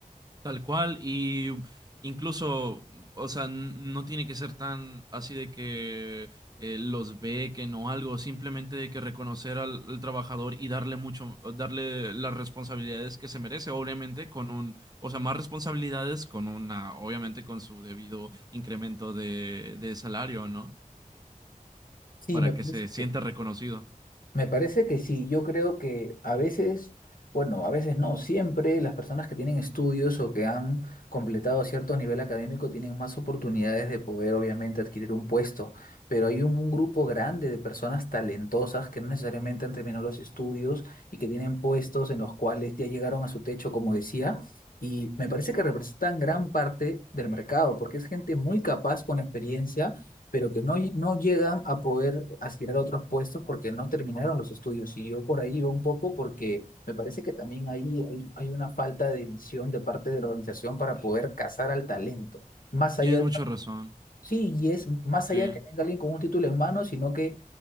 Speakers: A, on the right; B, on the left.
A: Tal cual, y incluso, o sea, n- no tiene que ser tan así de que eh, los bequen o algo, simplemente de que reconocer al, al trabajador y darle mucho, darle las responsabilidades que se merece, obviamente con un, o sea, más responsabilidades con una, obviamente con su debido incremento de, de salario, ¿no?
B: Sí,
A: Para
B: me
A: que
B: parece.
A: se sienta
B: que
A: reconocido.
B: Me parece que sí, yo creo que a veces, bueno, a veces no, siempre las personas que tienen estudios o que han completado cierto nivel académico tienen más oportunidades de poder obviamente adquirir un puesto, pero hay un grupo grande de personas talentosas que no necesariamente han terminado los estudios y que tienen puestos en los cuales ya llegaron a su techo, como decía, y me parece que representan gran parte del mercado, porque es gente muy capaz con experiencia pero que no, lle- no llegan a poder aspirar a otros puestos porque no terminaron los estudios. Y yo por ahí iba un poco porque me parece que también ahí hay, hay una falta de visión de parte de la organización para poder cazar al talento. Más
A: Tienes
B: allá,
A: mucha razón,
B: sí, y es más
A: sí.
B: allá que venga alguien con un título en mano, sino que